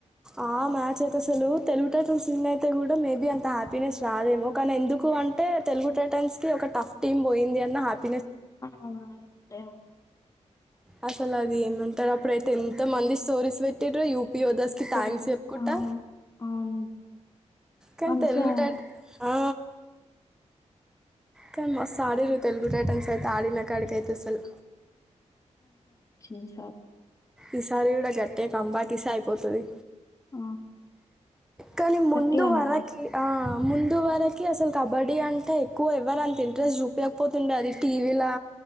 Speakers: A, in the centre; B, on the left (about 25°).
A: ఆ మ్యాచ్ అయితే అసలు తెలుగు టైటన్స్ విన్ అయితే గుడా మేబి అంత హ్యాపీనెస్ రదేమో కానీ ఎందుకు అంటే తెలుగు టైటన్స్ కి ఒక టఫ్ టీమ్ పోయింది అన్న హ్యాపీ
B: ఆ అంటే
A: అసలు అది ఏమంటారు అప్పుడైతే ఎంత మంది స్టోరీస్ పెట్టిరు యు పియోదాస్ కి
B: పెట్
A: థాంక్స్ చెప్పుకుంటా
B: ఆ అవును
A: కన్
B: మంచిగా
A: తెలుగు టైటా హా కన్ మస్తు ఆడిర్రు తెలుగు టైటాన్స్ ఐతే ఆడిన కడికైతే అసలు
B: ఈసారి
A: ఈసారి కూడా గట్టే కంబాకిీసే అయిపోతుది
B: ఆ
A: కానీ ముందు
B: గట్టిగా అనుకో
A: వరకి ఆ ముందు వరకు అసలు కబడ్డీ అంటే ఎక్కువ ఎవరు అంత ఇంట్రెస్ట్ చూపించకపోతుండే అది టీవీలో